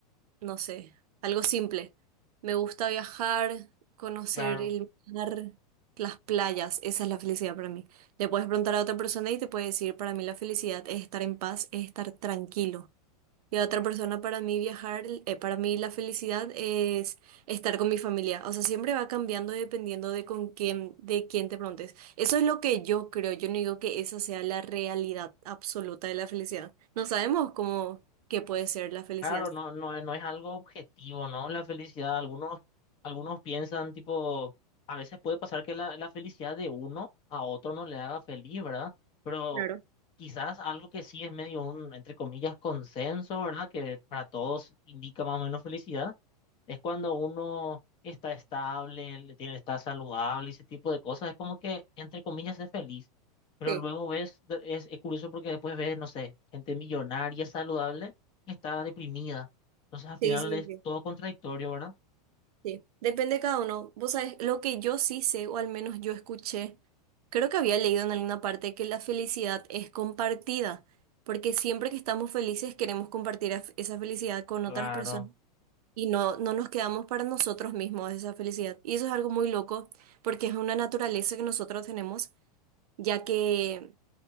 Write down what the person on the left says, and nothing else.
Claro.
Claro, no, no, no es algo objetivo, ¿no? La felicidad, algunos, algunos piensan, tipo, a veces puede pasar que la, la felicidad de uno a otro no le haga feliz, ¿verdad? Pero
quizás algo que sí es medio un, entre comillas, consenso, ¿verdad? Que para todos indica más o menos felicidad, es cuando uno está estable, le tiene, está saludable, ese tipo de cosas, es como que, entre comillas, es feliz. Pero
luego ves, es, es curioso porque después ves, no sé, gente millonaria, saludable está deprimida. Entonces al final
es
todo contradictorio, ¿verdad?
Claro.